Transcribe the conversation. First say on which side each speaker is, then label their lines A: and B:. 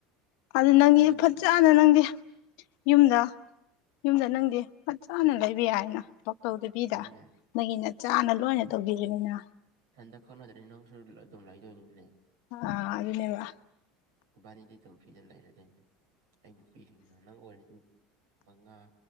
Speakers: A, on the left; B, on the right.
A: ꯑꯗꯨ ꯅꯪꯒꯤ
B: ꯏꯕꯥꯅꯤ ꯅꯨꯡꯉꯥꯏꯅ
A: ꯐꯖꯅ
B: ꯂꯩ
A: ꯅꯪꯗꯤ ꯌꯨꯝꯗ ꯌꯨꯝꯗ ꯅꯪꯗꯤ ꯐꯖꯅ ꯂꯩꯕ ꯌꯥꯏꯅ ꯊꯕꯛ ꯇꯧꯗꯕꯤꯗ
B: ꯑꯗꯨꯅꯦ
A: ꯅꯪꯒꯤ ꯅꯆꯥꯅ ꯂꯣꯏꯅ ꯇꯧꯕꯤꯒꯤꯅꯤꯅ
B: ꯏꯊꯟꯗ ꯈꯛꯇ ꯅꯠꯇ꯭ꯔꯦꯅꯦ ꯅꯪꯁꯨ ꯑꯗꯨꯝ ꯂꯩꯥꯗꯣꯏꯅꯤꯅꯦ
A: ꯑ ꯑꯗꯨꯅꯦꯕ
B: ꯏꯕꯥꯟꯅꯤꯗꯤ ꯑꯗꯨꯝ ꯐ꯭ꯔꯤꯗ ꯂꯩꯔꯗꯣꯏꯅꯦ ꯑꯩ ꯅꯨꯄꯤꯁꯤꯡꯅ ꯅꯪ ꯑꯣꯏꯔꯗꯤ ꯃꯉꯥ